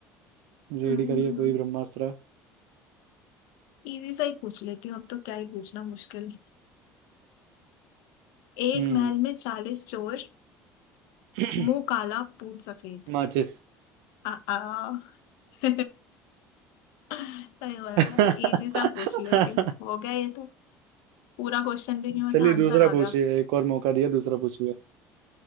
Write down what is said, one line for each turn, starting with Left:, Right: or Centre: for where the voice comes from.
Right: रेडी
Left: हम्म,
Right: करिए कोई ब्रह्मास्त्र
Left: इजी सा ही पूछ लेती हूँ अब तो क्या ही पूछना मुश्किल एक
Right: हम्म
Left: महल में चालीस चोर
Right: <clears throat>
Left: मुंह काला पूत सफेद
Right: माचिस
Left: आ, आ। <laughs> अरे वाला
Right: <laughs>
Left: था इजी सा पूछ लेती हूँ। हो गया ये तो पूरा क्वेश्चन भी नहीं होता
Right: चलिए
Left: आंसर
Right: दूसरा
Left: आ
Right: पूछिए
Left: गया <laughs>
Right: एक और मौका दिया दूसरा पूछिए